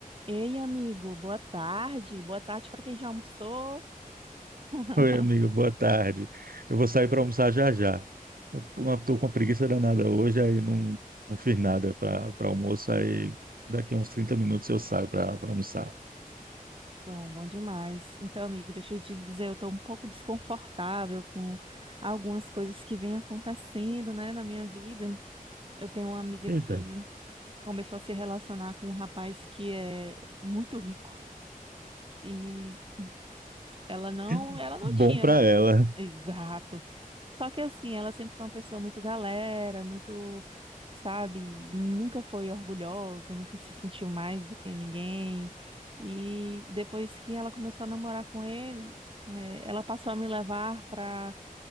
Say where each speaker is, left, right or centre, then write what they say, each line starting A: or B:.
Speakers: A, on the right (about 35°); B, on the right (about 75°).
A: Ei, amigo, boa tarde. Boa tarde para quem já almoçou. <laughs>
B: Oi, amigo, boa tarde. Eu vou sair para almoçar já já. Estou com uma preguiça danada hoje, aí não, não fiz nada para almoço, aí daqui a uns 30 minutos eu saio para almoçar.
A: Bom, bom demais. Então, amigo, deixa eu te dizer, eu estou um pouco desconfortável com algumas coisas que vêm acontecendo, né, na minha vida. Eu tenho uma amiga
B: Eita.
A: que começou a se relacionar com um rapaz que é muito rico. e Ela não,
B: <laughs>
A: ela não
B: Bom
A: tinha,
B: para
A: né?
B: ela.
A: Exato. Só que assim, ela sempre foi uma pessoa muito galera, muito, sabe, nunca foi orgulhosa, nunca se sentiu mais do que ninguém. E depois que ela começou a namorar com ele, eh, ela passou a me levar para